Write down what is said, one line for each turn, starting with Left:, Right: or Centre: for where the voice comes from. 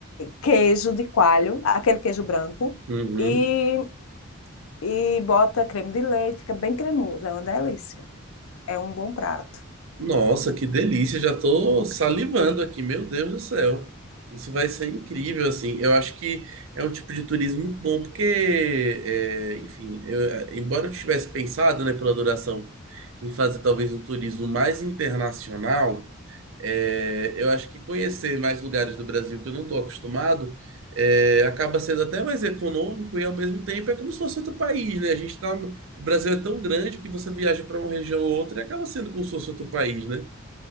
Left: queijo de coalho, aquele queijo branco,
Right: Uhum.
Left: e, e bota creme de leite, fica bem cremoso, é uma delícia. É um bom prato.
Right: Nossa, que delícia! Já tô salivando aqui, meu Deus do céu. Isso vai ser incrível, assim. Eu acho que é um tipo de turismo muito bom, porque, é, enfim, eu- embora eu tivesse pensado, né, pela duração, em fazer talvez um turismo mais internacional. É, eu acho que conhecer mais lugares do Brasil que eu não estou acostumado é, acaba sendo até mais econômico e ao mesmo tempo é como se fosse outro país, né? A gente tá, o Brasil é tão grande que você viaja para uma região ou outra e acaba sendo como se fosse outro país, né?